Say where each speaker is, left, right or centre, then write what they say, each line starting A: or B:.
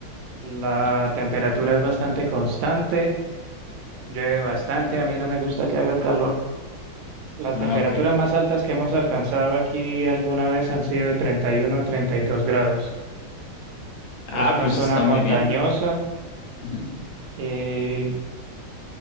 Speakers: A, on the right; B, on the left.
A: La
B: Ah,
A: temperatura es bastante constante, llueve bastante, a mí no me gusta que haga calor. Las
B: ah,
A: temperaturas
B: ok.
A: más altas que hemos alcanzado aquí alguna vez han sido de 31 o 32 grados.
B: Ah,
A: Es una
B: pues
A: zona
B: está
A: montañosa
B: muy bien. Ujú.
A: eh,